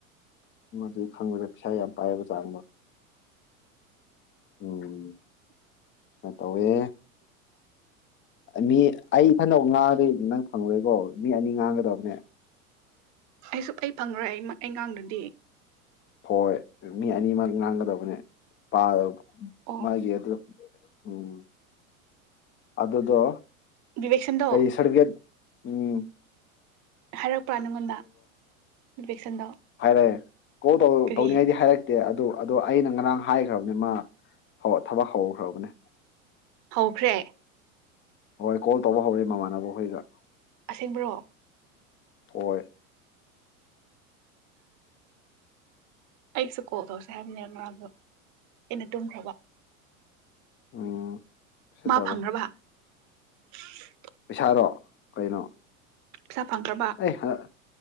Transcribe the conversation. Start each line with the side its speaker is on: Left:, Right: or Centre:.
Left: ꯃꯗꯨ ꯈꯪꯕꯗ ꯄꯩꯁꯥ ꯌꯥꯝ ꯄꯥꯏꯕꯖꯥꯅꯤ ꯃꯣꯢ, ꯎꯝ꯫ ꯁꯨꯃꯥꯏꯅ ꯇꯧꯋꯦ, ꯃꯤ ꯑꯩ ꯏꯊꯟꯗ ꯉꯥꯡꯉꯗꯤ ꯅꯪ ꯐꯪꯂꯣꯏꯀꯣ, ꯃꯤ ꯑꯅꯤ ꯉꯥꯡꯒꯗꯕꯅꯦ꯫
Right: ꯑꯩꯁꯨ ꯑꯩ ꯐꯪꯔꯣꯏ ꯑꯩꯃ ꯑꯩ ꯉꯥꯡꯗꯔꯗꯤ꯫
Left: ꯍꯣꯏ ꯃꯤ ꯑꯅꯤꯃꯛꯛ ꯉꯥꯡꯒꯗꯕꯅꯦ ꯄꯥꯏꯌꯣ꯫
Right: ꯑꯣ
Left: ꯃꯥꯒꯤ ꯑꯗꯨ ꯎꯝ ꯑꯗꯨꯗꯣ
Right: ꯕꯤꯕꯦꯛꯁꯟꯗꯣ
Left: ꯀꯩ ꯁꯔꯗꯤꯕꯤꯒꯦꯠ ꯎꯝ꯫
Right: ꯍꯥꯏꯔꯛꯄ꯭ꯔꯥ ꯅꯪꯉꯣꯟꯗ? ꯕꯤꯕꯦꯛꯁꯟꯗꯣ
Left: ꯍꯥꯏꯔꯦ꯫ ꯀꯣꯜ ꯇꯧ
Right: ꯀꯔꯤ
Left: ꯇꯧꯅꯤꯡꯉꯥꯏꯗꯤ ꯍꯥꯏꯔꯛꯇꯦ ꯑꯗꯣ ꯑꯗꯣ ꯑꯩꯅ ꯉꯔꯥꯡ ꯍꯥꯏꯈ꯭ꯔꯕꯅꯦ ꯃꯥ ꯊꯕꯛ ꯍꯧꯈ꯭ꯔꯕꯅꯦ꯫
Right: ꯍꯧꯈ꯭ꯔꯦ?
Left: ꯍꯣꯏ ꯀꯣꯜ ꯇꯧꯕ ꯍꯧꯔꯦ ꯃꯃꯥꯏ ꯃꯈꯣꯏꯒ
Right: ꯑꯁꯦꯡꯕ꯭ꯔꯣ
Left: ꯍꯣꯏ꯫
Right: ꯑꯩꯁꯨ ꯀꯣꯜ ꯇꯧꯁꯦ ꯍꯥꯏꯕꯅꯦ ꯉꯥꯔꯥꯡꯗꯣ ꯑꯩꯅ ꯇꯨꯝꯈ꯭ꯔꯕ꯫
Left: ꯎꯝ ꯁꯦꯇꯔꯗꯣ
Right: ꯃꯥ ꯐꯪ꯭ꯒꯔꯕ? <inaudible>
Left: ꯄꯩꯁꯥꯔꯣ ꯀꯩꯅꯣ?
Right: ꯄꯩꯁꯥ ꯐꯪꯈ꯭ꯔꯕ
Left: ꯑꯩ ꯍ